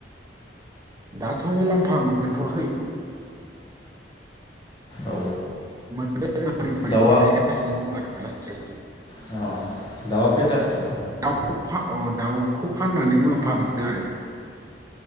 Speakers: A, on the right; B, on the left.
A: दाथ मुलाम फा मोनथ आखै
B: औ
A: मोनदों <unintelligible>
B: दाउआ
A: बानायगासिनो दं आरो <unintelligible>
B: अ दाउआ खैथासो
A: <unintelligible>
B: दं